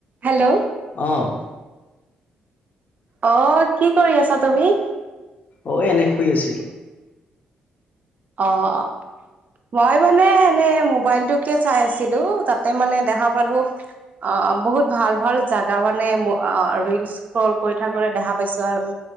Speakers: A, on the right; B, on the left.
A: Hello.
B: অ'।
A: অ', কি কৰি আছা তুমি?
B: অ', এনে শুই আছিলোঁ।
A: অ'। মই মানে এনে মোবাইলটোকে চাই আছিলো, তাতে মানে দেখা পালো অ', বহুত ভাল, ভাল জাগা মানে অ' ৰিলচ চ্ৰকল কৰি থাকোতেই দেখা পাইছো আৰু।